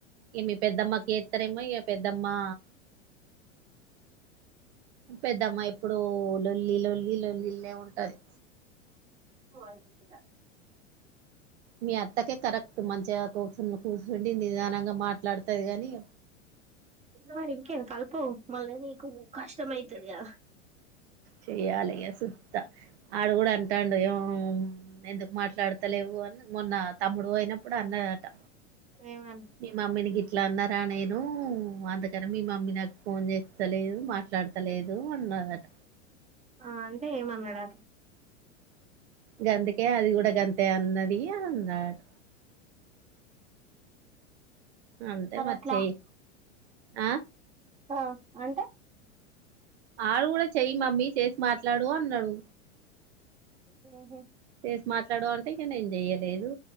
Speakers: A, on the right; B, on the right.
A: ఇ మీ పెద్దమ్మకి ఎత్తలే యమ్మ ఇగ పెద్దమ్మా పెద్దమ్మ ఎప్పుడు లొల్లి లొల్లి లొల్లిల్లే ఉంటది
B: వన్ ట
A: మీ అత్తకే కరెక్ట్ మంచిగా కూర్చుని కూర్చుండి నిదానంగా మాట్లాడుతది గాని
B: మరి ఇంకేం కలుపు మళ్ళ నీకు కష్టం అయితది గదా
A: చెయ్యాలి సుత్త ఆడు గూడా అంటాండు వివాహమ్ ఎందుకు మాట్లాడతలేవు అని మొన్న తమ్ముడు అయినం అప్పుడు అన్నదట
B: ఏమని
A: మీ మమ్మీని గిట్లా అన్నారా నేను అందుకని మీ మమ్మీ నాకు ఫోన్ చేస్తలేదు మాట్లాడతలేదు అన్నదట
B: ఆ అంటే ఏమన్నాడా
A: గందికే అది కూడా గంతె అన్నది అని అన్నాడట అంటే
B: కరాట్లా
A: మరి చెయ్యి ఆ
B: ఆ అంటే
A: ఆడు గూడా చెయ్యి మమ్మీ చేసి మాట్లాడు అన్నాడు
B: మ్మ్ హు
A: చేసి మాట్లాడు అంటే ఇగ నేను జేయలేదు